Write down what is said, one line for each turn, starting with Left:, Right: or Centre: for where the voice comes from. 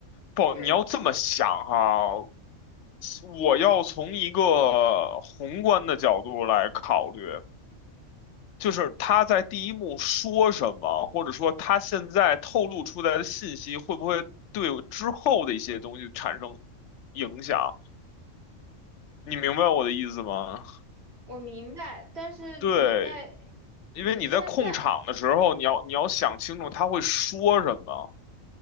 Left: 不，
Right: 对，
Left: 你要这么想哈，我要从一个宏观的角度来考虑，就是他在第一幕说什么，或者说他现在透露出来的信息会不会对我之后的一些东西产生影响？你明白我的意思吗？
Right: 我明白，但是你在，
Left: 对，因为你在控场的时候，
Right: 你现在，
Left: 你要你要想清楚他会说什么。